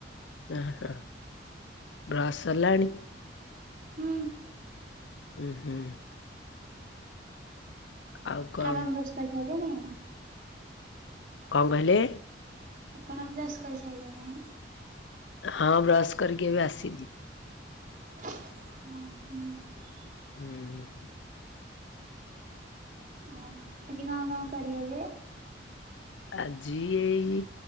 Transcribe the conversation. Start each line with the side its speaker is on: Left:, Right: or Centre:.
Left: ଅଁ ହଁ। ବ୍ରସ ସରିଲାଣି?
Right: ହୁଁ
Left: ଉଁ ହୁଁ। ଆଉ କଣ
Right: ଆରମ ବ୍ରସ କରିସାଇଲେଣି?
Left: କଣ କହିଲେ?
Right: ଆପଣ ବ୍ରସ କରିସାରିଲେଣି?
Left: ହଁ ବ୍ରସ କରିକି ଏବେ ଆସିଲି।
Right: <unintelligible>
Left: ହୁଁ।
Right: ଆଉ ଆଜି କଣ କଣ କରିବେ ଯେ?
Left: ଆଜି ଏଇ